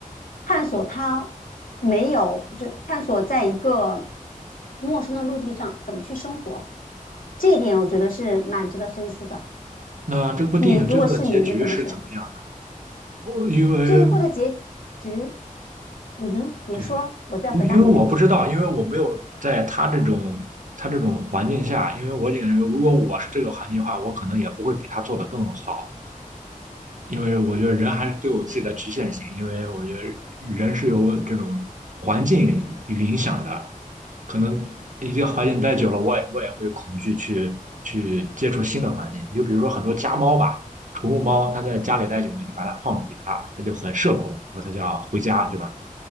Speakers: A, on the left; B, on the right.
A: 探索他没有，就探索在一个陌生的陆地上怎么去生活。这一点我觉得是蛮值得深思的。
B: 那这部电影最后的结局是怎么样的？
A: 你如果是你，你怎么选？
B: 我因为
A: 最后的结局，嗯哼，你说，
B: 对，
A: 我再回答你问题。
B: 因为因为我不知道，因为我没有在他这种他这种环境下，因为我感觉如果我是这个环境的话，我可能也不会比他做的更好，因为我觉得人还是对我自己的局限性，因为我觉得人是由这种环境影响的，可能一个环境待久了，我也我也会恐惧去去接触新的环境，就比如说很多家猫吧。宠物猫，它在家里待久了，你把它放出去，它它就很社恐，然后它就要回家，对吧？